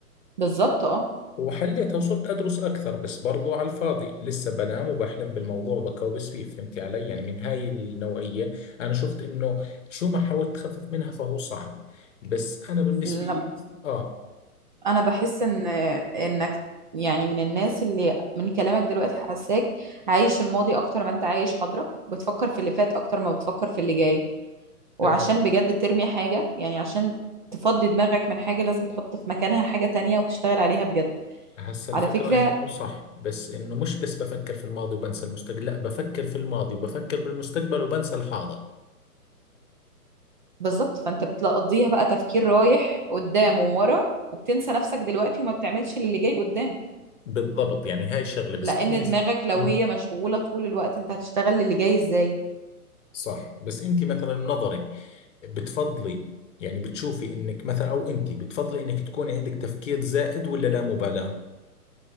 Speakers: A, on the right; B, on the left.
A: بالظبط
B: وحليتها وصرت أدرس أكثر بس برضو على الفاضي لسه بنام وبحلم بالموضوع وبكوبس فيه فهمتي علي يعني من هاي النوعية أنا شفت إنه شو ما حاولت تخفف منها فهو صعب بس أنا بالنسبة
A: اه
B: إلي آه
A: انا بحس ان انك يعني من الناس اللي من كلامك دلوقتي حاساك عايش الماضي اكتر ما انت عايش حاضرك بتفكر في اللي فات اكتر ما بتفكر في اللي جاي وعشان
B: آه،
A: بجد ترمي حاجة يعني عشان تفضي دماغك من حاجة لازم تحط في مكانها حاجة تانية وتشتغل عليها بجد
B: هسا
A: على
B: الفكرة
A: فكرة
B: إنه صح بس إنه مش بس بفكر في الماضي وبنسى المستقبل لا بفكر في الماضي وبفكر بالمستقبل وبنسى الحاضر
A: بالظبط فانت بتقضيها بقى تفكير رايح قدام وورا وبتنسى نفسك دلوقتي وما بتعملش للي جاي قدام
B: بالضبط يعني هاي الشغلة بس
A: لان
B: بالنسبة
A: دماغك لو
B: آه،
A: هي مشغولة طول الوقت انت هتشتغل للي جاي ازاي
B: صح بس أنت مثلا من نظرك بتفضلي يعني بتشوفي انك مثلا او انت بتفضلي انك تكوني عندك تفكير زائد ولا لا مبالاة